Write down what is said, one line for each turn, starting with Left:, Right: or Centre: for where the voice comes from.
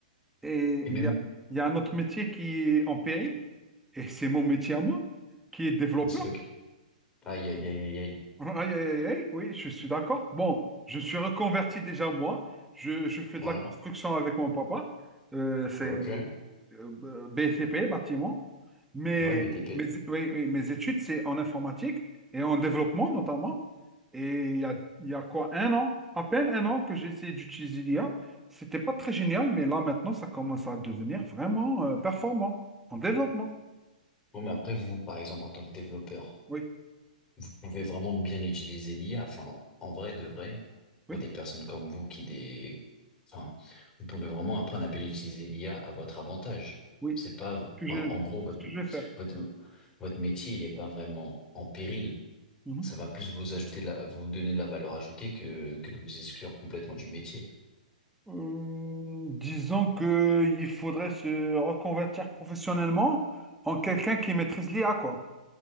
Centre: Et
Left: Et même,
Centre: il y a, il y a un autre métier qui est en péril, et c'est mon métier à moi, qui est développeur.
Left: c'est le cas. Aïe, aïe, aïe, aïe, aïe.
Centre: Aïe, aïe, aïe, aïe, oui, je suis d'accord. Bon, je suis reconverti déjà moi. Je, je fais
Left: Voilà.
Centre: de la construction avec mon papa. Euh, c'est
Left: Ok.
Centre: euh, b- BCP, bâtiment. Mais
Left: Ouais, BTP.
Centre: mes, oui, oui, mes études, c'est en informatique et en développement notamment. Et il y a, il y a quoi, un an, à peine un an que j'ai essayé d'utiliser l'IA. C'était pas très génial, mais là maintenant, ça commence à devenir vraiment euh, performant en développement.
Left: Bon, mais après, vous, par exemple, en tant que développeur,
Centre: Oui,
Left: vous pouvez vraiment bien utiliser l'IA. Enfin, en vrai, de vrai, pour
Centre: oui,
Left: des personnes comme vous qui des, enfin, vous pouvez vraiment apprendre à bien utiliser l'IA à votre avantage.
Centre: oui.
Left: C'est pas,
Centre: C'est ce que
Left: en,
Centre: je,
Left: en
Centre: c'est
Left: gros, votre,
Centre: ce que je vais faire.
Left: votre, votre métier, il est pas vraiment en péril.
Centre: Mhm.
Left: Ça va plus vous ajouter de la, vous donner de la valeur ajoutée que, que de vous exclure complètement du métier.
Centre: Euh, disons que il faudrait se reconvertir professionnellement en quelqu'un qui maîtrise l'IA, quoi.